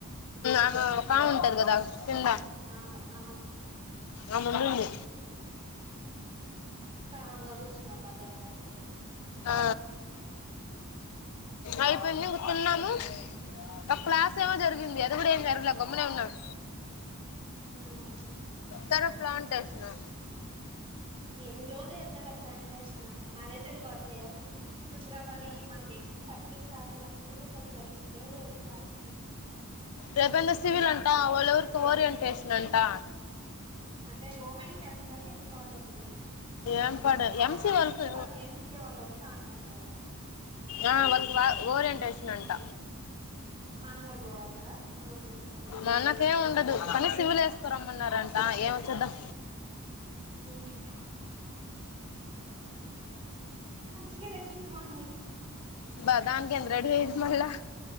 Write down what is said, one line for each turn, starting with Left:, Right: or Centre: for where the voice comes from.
Left: ఆమె ఒకామె ఉంటది గదా కింద
Right: ఆ ఆ
Left: అను నుండి
Right: కామ్గా కూర్చున్నారు మధ్యాహ్నం వరకు
Left: ఆ అయిపోయింది ఇంగ తిన్నాము ఒక క్లాస్ ఏమో జరిగింది అది కూడా ఏం జరగలే గమ్మునే ఉన్నాడు
Right: ఉమ్,
Left: తారు ప్లాంటేషనో
Right: ఎన్ రోల్ చేత్ తార ప్లాంటేషన్ ఆ అదే సరిపోతుంది అసలు ఫిబ్రవరి మనకు సప్లి స్టార్ట్ అయిన అప్పటి నుంచో స్టాగ్ జరిగింది ఏ లేదు క్లాస్
Left: రేపు ఏందో సివిల్ అంటా వాళ్ళు ఎవరికో ఓరియంటేషన్ అంటా
Right: అంటే ఓపెనింగ్ చేస్తున్నారా ఏంది కాలేజ్
Left: ఏం పడు
Right: అవునా
Left: ఎంసీ
Right: సీఏ
Left: వాళ్ళకి
Right: వాళ్ళు ఎంసీఏ వాళ్ళు వస్తా అన్నారు కదా
Left: ఆ వాళ్ళకి వాల్ ఓరియంటేషన్ అంట
Right: మనం కూడా పోతారా మనోళ్ళు కూడా
Left: మనకేం ఉండదు కానీ సివిల్ వేసుకరం మన్నారంటా ఏం వచ్చేద్దాం
Right: <unintelligible> మంచిగా రెడీ అయిపోండి
Left: బ దానికి ఏంది రెడీ అయ్యేది మల్ల